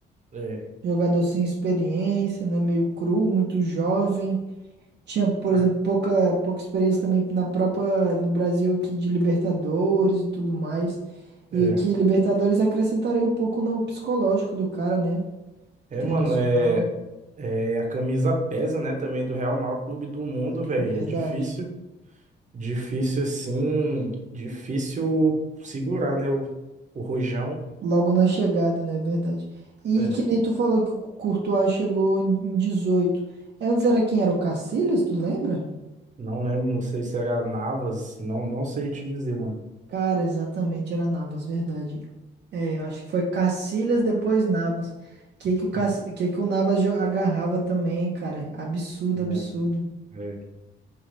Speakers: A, on the right; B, on the right.
A: É.
B: Jogador sem experiência, né? Meio cru, muito jovem. Tinha, por exemplo,
A: a-
B: pouca, pouca experiência também na própria, no Brasil aqui de Libertadores e tudo mais.
A: é.
B: E que Libertadores acrescentaria um pouco no psicológico do cara, né?
A: É,
B: Internacional.
A: mano, é, é a camisa pesa, né, também do Real maior clube do mundo, velho.
B: Verdade.
A: É difícil, difícil assim, difícil segurar, né, o, o rojão.
B: Logo na chegada, né? Verdade. E
A: É,
B: que nem tu falou que o Courtois chegou em em 18. Antes era quem era o Casillas, tu lembra?
A: não lembro, não sei se era Navas, não, não sei te dizer, mano.
B: Cara, exatamente, era Navas, verdade. É, eu acho que foi Cacilhas, depois Navas. Que que o, Cac...
A: Ah,
B: que que o Navas jo- agarrava também, cara? Absurdo,
A: É,
B: absurdo.
A: é.